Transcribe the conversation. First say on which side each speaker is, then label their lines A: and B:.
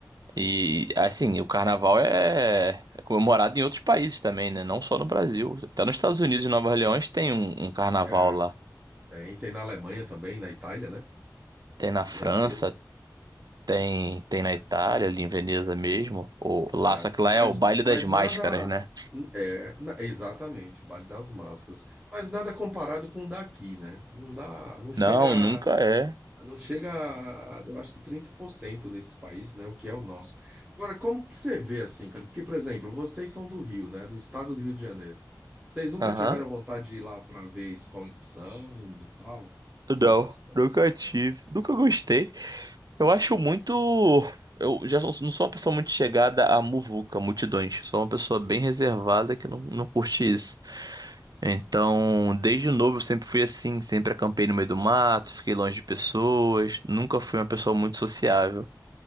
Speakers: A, on the right; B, on the right.
A: E assim, o carnaval é é comemorado em outros países também, né? Não só no Brasil. Até nos Estados Unidos e Nova Orleans tem um, um carnaval
B: É,
A: lá.
B: tem, tem na Alemanha também, na Itália, né?
A: Tem na
B: Veneza,
A: França, tem, tem na Itália, ali em Veneza mesmo. Ou lá,
B: né?
A: só que lá
B: Mas,
A: é o baile
B: mas
A: das máscaras,
B: nada.
A: né?
B: É, na- exatamente, o Baile das Máscaras. Mas nada comparado com o daqui, né? Não dá, não chega
A: Não, nunca é.
B: Não chega a, eu acho que 30% nesses países, né? O que é o nosso. Agora, como que você vê assim, cara? Porque, por exemplo, vocês são do Rio, né? Do estado do Rio de Janeiro. Vocês nunca
A: Aham.
B: tiveram vontade de ir lá para ver escola de samba e tal? Essas
A: Não,
B: coisas?
A: nunca tive. Nunca gostei Eu acho muito. Eu já sou- não sou uma pessoa muito chegada a muvuca, multidões. Sou uma pessoa bem reservada que não, não curte isso. Então, desde novo eu sempre fui assim, sempre acampei no meio
B: Aham,
A: do mato, fiquei longe de pessoas, nunca fui uma pessoa muito sociável.